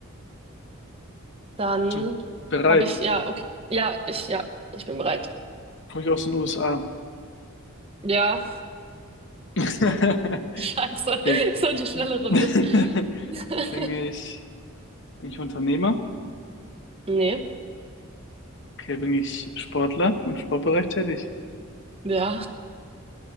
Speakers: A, on the right; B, on the left.
A: dann
B: Du bereit?
A: habe ich, ja, okay. Ja, ich, ja, ich bin bereit.
B: Komm ich aus den USA.
A: Ja,
B: <laughs>
A: <laughs> scheiße,
B: Okay.
A: so eine schnelle Runde.
B: <laughs>
A: <laughs>
B: Bin ich, bin ich Unternehmer?
A: Nee,
B: Okay, bin ich Sportler im Sportbereich tätig?
A: ja,